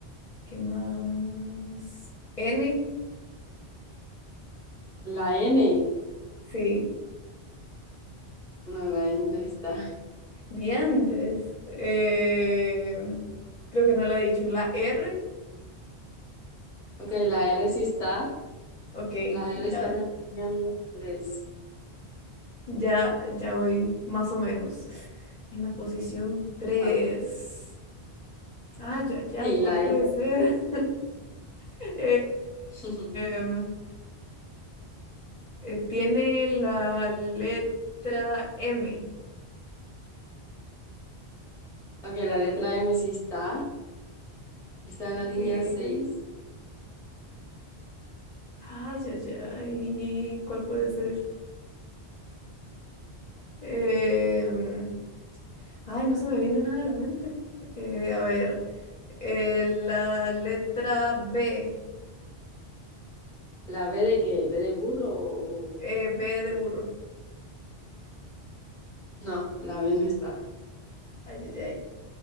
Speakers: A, on the left; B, in the centre.
A: ¿Qué más? N.
B: La N,
A: Sí.
B: no, la N no está.
A: Diantres. Em, creo que no la he dicho. La R.
B: Ok, la R sí está.
A: Ok.
B: La R
A: Ya,
B: está en la línea número tres.
A: ya, ya voy más o menos. En la posición tres
B: Ah,
A: Ay, ya, ya,
B: Sí,
A: ¿cuál
B: la
A: puede
B: E.
A: ser? <laughs>
B: <laughs>
A: Em, eh, tiene la letra M.
B: Ok, la letra M sí está. Está en
A: Ok.
B: la línea seis
A: Ay, ya, ya, ¿y cuál puede ser? Em, ay, no se me viene nada a la mente. Eh, a ver, eh, la letra B.
B: ¿La B de qué? ¿B de burro o
A: eh,
B: o
A: B
B: la V?
A: de burro.
B: No, la B no está.
A: Ay, ay, ay.